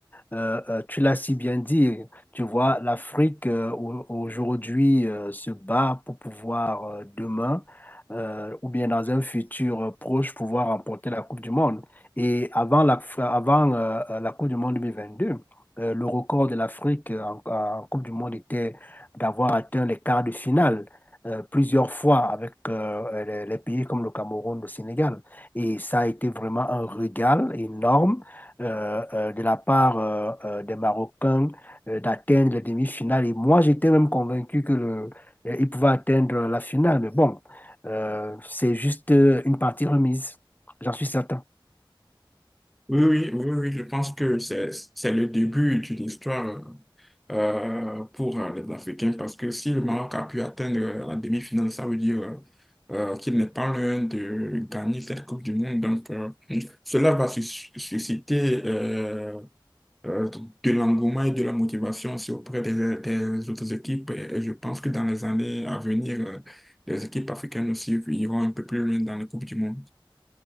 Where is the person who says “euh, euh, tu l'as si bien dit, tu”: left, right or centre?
Left